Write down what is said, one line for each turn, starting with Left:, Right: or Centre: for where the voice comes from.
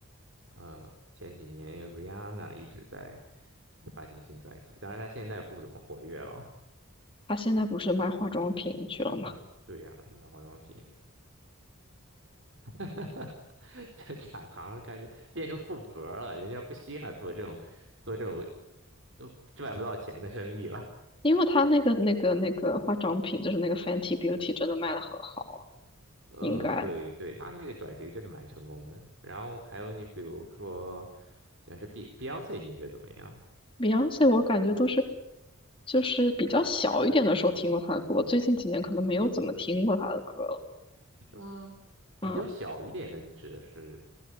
Right: 呃，前几年 Rihanna 一直在发行新专辑，当然她现在不怎么活跃了。
Left: 他现在不是卖化妆品去了吗？
Right: 嗯，对呀、买化妆品，<laughs> 这转行开始变成富婆了，人家不稀罕做这种做这种都赚不到钱的生意了。
Left: 因为他那个那个那个化妆品，就是那个 Fenty Beauty，真的卖的很好，
Right: 嗯，
Left: 应该。
Right: 对对，他那个转型真的蛮成功的。然后还有你比如说，像是 B Beyonce，你觉得怎么样？
Left: Beyonce 我感觉都是，就是比较小一点的时候听过他的歌，最近几年可能没有怎么听过他的歌了。
Right: 是吗？比较小一点的，
Left: 嗯
Right: 你指的是